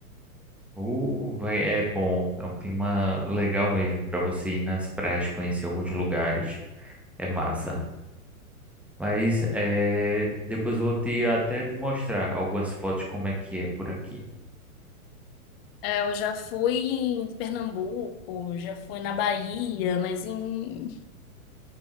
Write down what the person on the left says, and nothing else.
É, eu já fui em Pernambuco, já fui na Bahia, mas em